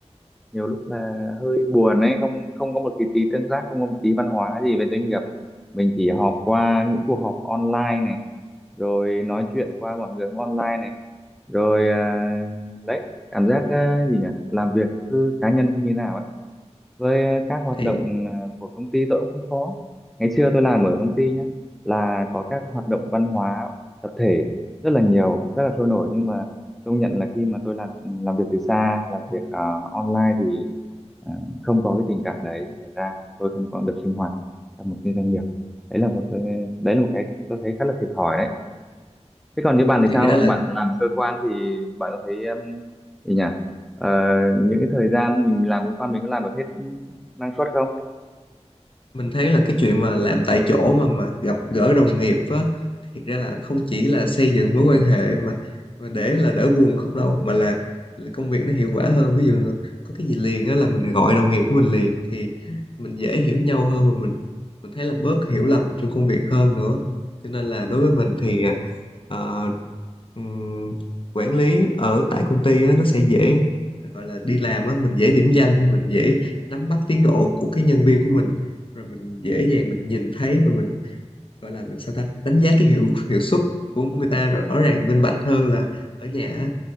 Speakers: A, in the centre; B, on the left (about 50°).
A: nhiều lúc là hơi buồn ấy không không có một cái tí tương tác không có một tí văn hóa gì về doanh nghiệp mình chỉ họp qua những cuộc họp online này rồi nói chuyện qua mọi người online này rồi à, đấy cảm giác à, gì nhỉ làm việc cứ cá nhân như nào ấy với ờ, các hoạt
B: thì
A: động ờ, của công ty tôi cũng không có ngày xưa tôi làm ở công ty nhé là có các hoạt động văn hóa tập thể rất là nhiều rất là sôi nổi nhưng mà công nhận là khi mà tôi làm ừ, làm việc từ xa làm việc ờ, online thì ờ, không có cái tình trạng đấy xảy ra tôi không còn được sinh hoạt trong một cái doanh nghiệp đấy là một tôi đấy là một cái tôi thấy khá là thiệt thòi đấy Thế còn như bạn thì
B: thiệt
A: sao?
B: ra là
A: Bạn làm cơ quan thì bạn có thấy um, gì nhỉ? Ờ, những cái thời gian mình làm cơ quan mình có làm được hết năng suất không?
B: mình thấy là cái chuyện mà làm tại chỗ mà mà gặp gỡ đồng nghiệp á thiệt ra là không chỉ là xây dựng mối quan hệ mà, mà để là đỡ buồn không đâu mà là, là công việc nó hiệu quả hơn ví dụ là có cái gì liền á là mình gọi đồng nghiệp của mình liền thì mình dễ hiểu nhau hơn và mình mình thấy là bớt hiểu lầm trong công việc hơn nữa cho nên là
A: Ừ.
B: đối với mình thì ờ, ừm, quản lý ở tại công ty á, nó sẽ dễ gọi là đi làm á mình dễ điểm danh mình dễ nắm bắt tiến độ của cái nhân viên của mình rồi mình dễ dàng mình nhìn thấy và mình gọi là mình sao ta đánh giá cái hiệu hiệu suất của người ta rõ ràng minh bạch hơn là ở nhà á.